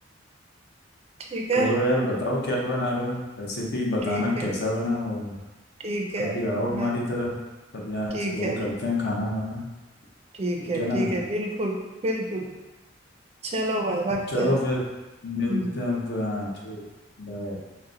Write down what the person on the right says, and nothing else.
ठीक है
ठीक है
ठीक है
मैं
ठीक
है
ठीक
है
ठीक है बिल्कुल बिल्कुल चलो भाई रखते
हैं
हम्म